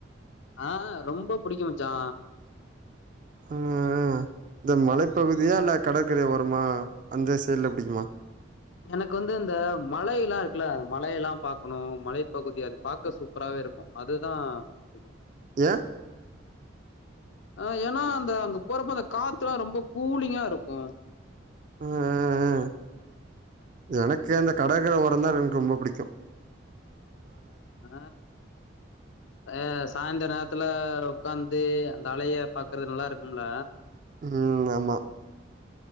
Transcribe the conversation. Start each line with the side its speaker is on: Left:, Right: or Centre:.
Left: ஆ ரொம்ப புடிக்கு மச்சா.
Right: ஆ இந்த மலைப்பகுதியா இல்ல கடற்கரை ஓரமா அந்த சைடுல புடிக்குமா?
Left: எனக்கு வந்து இந்த மலை எல்லா இருக்குல்ல மலை எல்லா பாக்கணு மலை பகுதி அது பாக்க சூப்பராவே இருக் கு அதுதா புடிக்கு.
Right: யேன்?
Left: ஆ ஏன்னா அந்த அங்க போறப்ப அந்த காத்தல்ல ரொம்ப கூலிங்கா இருக்கு.
Right: ஆ ஆ ஆ எனக்கு அந்த கடற்கர ஓரந்தா எனக்கு ரொம்ப புடிக்கு.
Left: ஆ ஆ சாயந்தர நேர த்துல உக்காந்து அந்த அலைய பாக்குறது நல்லா இருக்கும்ல?
Right: ம் ஆமா.